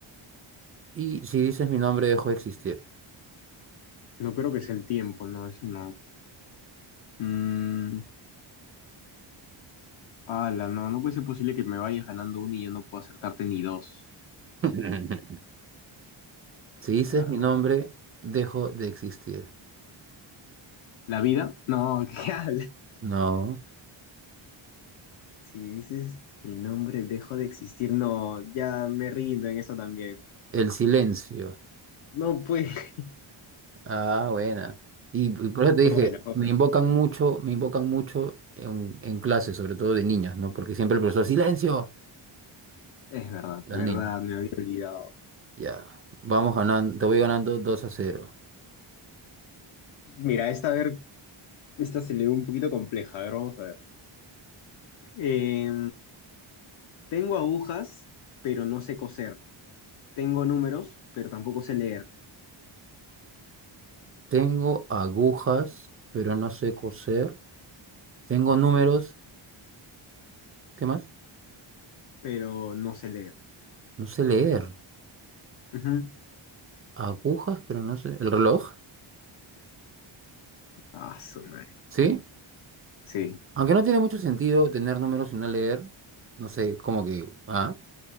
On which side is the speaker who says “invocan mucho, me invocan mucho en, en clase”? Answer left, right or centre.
Right